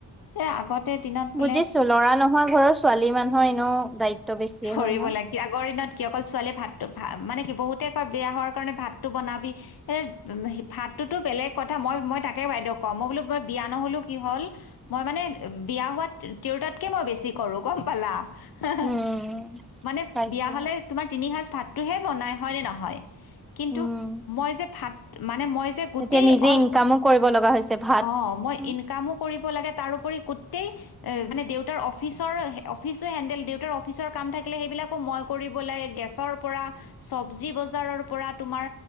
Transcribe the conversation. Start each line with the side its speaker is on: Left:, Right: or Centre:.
Left: এ আগতে দিনত বোলে
Centre: বুজিছো লৰা নোহোৱা ঘৰৰ ছোৱালী মানুহৰ এনেো দায়িত্ব বেছিয়
Left: কৰিব
Centre: হয় ন।
Left: লাগে আগৰ দিনত কি অকল ছোৱালীয়ে ভাতটো ভা মানে কি বহুতেই কয় বিয়া হোৱাৰ কাৰণে ভাত। ভাতটো বনাবি এ উ ভাতটোতো বেলেগ কথা মই মই তাকে বাইদেউ কওঁ মই বোলো মই বিয়া নহলো কি হল মই মানে বিয়া হোৱাত তিৰোতাতকে মই বেছি কৰো গম পালা। হা হা
Centre: উম
Left: মানে
Centre: পাইছো।
Left: বিয়া হলে তোমাৰ তিনি সাজ ভাতটো হে বনাই। হয় নে নাহ। কিন্তু
Centre: উম
Left: মই যে ভাত। মানে মই যে গোটেই
Centre: এতিয়া নিজে
Left: অল
Centre: ইনকামো কৰিব লগা হৈছে ভাত।
Left: অহ মই
Centre: উম।
Left: ইনকামো কৰিব লাগে। তাৰোপৰি গোটেই অহ মানে দে দেউতাৰ অফিচৰ অফিচো হেণ্ডেল দেউতাৰ অফিচৰ কাম থাকিলে সেইবিলাকো মই কৰিব লাগে। গেছৰ পৰা চব্জি বজাৰৰ পৰা। তোমাৰ